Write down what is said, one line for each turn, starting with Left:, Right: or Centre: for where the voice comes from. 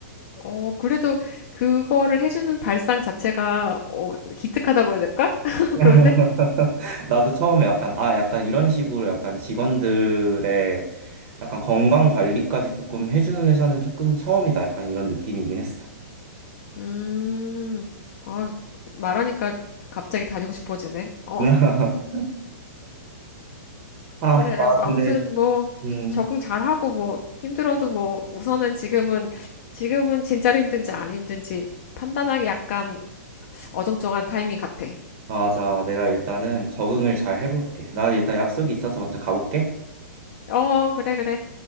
Left: 어, 그래도 그거를 해주는 발상 자체가 어, 기특하다고 해야 될까? <laughs>
Right: <laughs>
Left: 그런데?
Right: 나도 처음에 약간 아 약간 이런 식으로 약간 직원들의 약간 건강 관리까지 조금 해주는 회사는 조금 처음이다. 약간 이런 느낌이긴 했어.
Left: 음, 아, 말하니까 갑자기 다니고 싶어지네. 어,
Right: <laughs> 아,
Left: 그래.
Right: 나
Left: 뭐
Right: 근데
Left: 아무튼 뭐
Right: 음
Left: 적응 잘하고 뭐 힘들어도 뭐 우선은 지금은 지금은 진짜로 힘든지 안 힘든지 판단하기 약간 어정쩡한 타이밍 같아.
Right: 맞아. 내가 일단은 적응을 잘 해볼게. 나 일단 약속이 있어서 먼저 가볼게.
Left: 어, 그래, 그래.